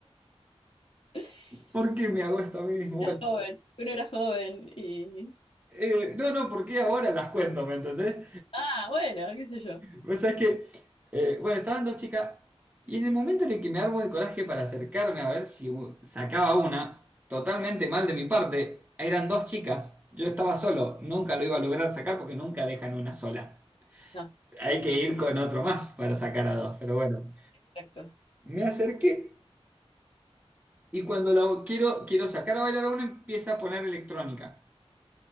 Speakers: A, on the left; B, on the right.
A: <laughs>
B: ¿Por qué me hago esto a mí mismo? Bueno,
A: Joven, uno era joven y.
B: eh, no, no, ¿por qué ahora las cuento, me entendés?
A: Ah, bueno, qué sé yo.
B: Vos es que, eh, bueno, estaban dos chicas y en el momento en el que me armo de coraje para acercarme a ver si u- sacaba una, totalmente mal de mi parte, eran dos chicas, yo estaba solo, nunca lo iba a lograr sacar porque nunca dejan una sola.
A: No,
B: Hay que ir con otro más para sacar a dos, pero bueno.
A: exacto.
B: Me acerqué y cuando la quiero, quiero sacar a bailar a una empieza a poner electrónica.